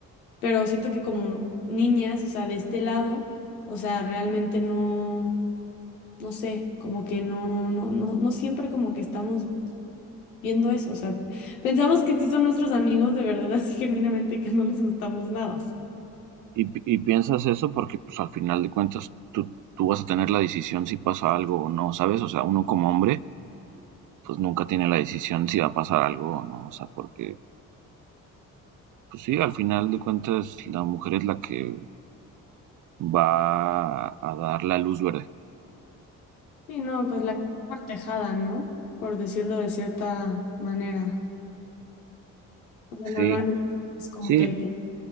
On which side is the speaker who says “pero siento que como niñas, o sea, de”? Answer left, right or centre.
Left